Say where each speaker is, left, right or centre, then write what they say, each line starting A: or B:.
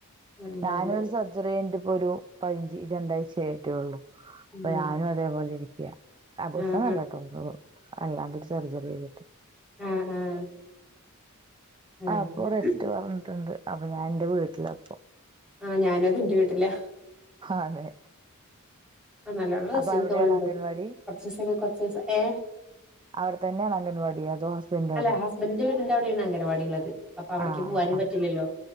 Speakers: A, in the centre; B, on the right.
A: അതുകൊണ്ട്
B: ഞാനൊരു സർജറി കഴിഞ്ഞിട്ടിപ്പൊ ഒരു ക <unintelligible> രണ്ടാഴ്ച ആയിട്ടേ ഇള്ളൂ അപ്പൊ
A: അതെ
B: ഞാനും അതേപോലെ ഇരി <unintelligible> അബോർഷനല്ലാട്ടോ
A: ആഹ്
B: അല്ലാണ്ടു സർജറി ചെയ്തിട്ട്
A: ആ ആഹ്
B: ആ
A: അങ്ങനെ
B: അപ്പൊ റസ്റ്റ് പറഞ്ഞിട്ടുണ്ട് അപ്പൊ ഞാൻ എന്റെ വീട്ടിലാപ്പോ
A: ആ ഞാനും അതെ ന്റെ വീട്ടിലാ
B: അതെ
A: ആ നല്ലോണം റസ്റ്റ്
B: അപ്പൊ
A: എടുത്തോളണ്ടു
B: അവിടെയാണോ അംഗൻവാടി
A: കുറച്ച ദിവസ കുറച്ച ദിവസം ഏ
B: അവിടെ തന്നെയാണ് അംഗൻവാടി അതോ ഹസ്ബൻഡ്
A: അല്ല
B: അവിടെ
A: ഹസ്ബൻഡിന്റെ വീടിന്റെ അവിടെയാണ് അംഗനവാടി ഇളളത് അപ്പ അവിടക്ക്
B: ആഹ്
A: പോവാനും
B: ആഹ്
A: പറ്റില്ലല്ലോ